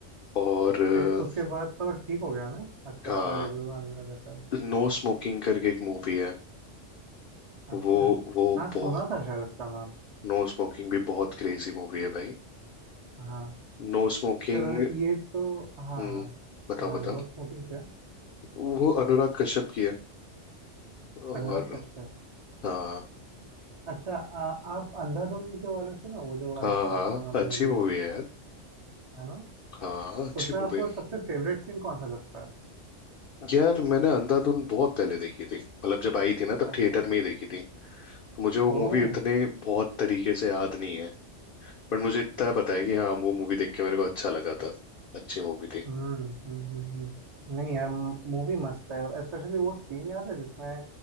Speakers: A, on the left; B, on the right.
A: और अ,
B: फिर उसके बाद तो ठीक हो गया ना अच्छा
A: हाँ
B: सा रिव्यू आने लगा फिर
A: नो स्मोकिंग करके एक मूवी है
B: अच्छा
A: वो वो
B: हाँ
A: बहुत
B: सुना था शायद उसका नाम
A: नो स्मोकिंग भी बहुत क्रेजी मूवी है भाई
B: हाँ
A: No smoking
B: चलो ये तो हाँ
A: हम्म
B: हाँ
A: बताओ
B: हाँ
A: बताओ
B: नो स्मोकिंग क्या
A: वो अनुराग कश्यप की है और
B: अनुराग कश्यप
A: हाँ
B: अच्छा आ, आप अंधाधुन के बारे में सुना वो जो
A: हाँ
B: आयुष्मान
A: हाँ
B: खुराना का
A: अच्छी
B: मूवी
A: मूवी
B: है
A: है यार
B: है ना
A: हाँ अच्छी
B: उसमें
A: मूवी
B: आपको सबसे फेवरेट सीन कौन सा लगता
A: यार मैंने अंधाधुन बहुत पहले देखी थी मतलब जब आई थी ना तब
B: है अच्छा
A: थिएटर में ही देखी थी तो मुझे वो
B: ओ
A: मूवी उतने बहुत तरीके से याद नहीं है पर मुझे इतना पता है कि हाँ वो मूवी देख के मेरे को अच्छा लगा था अच्छी मूवी थी
B: हम्म हम्म हम्म, हम्म। नहीं यार मूवी मस्त है स्पेशली वो सीन याद है जिसमें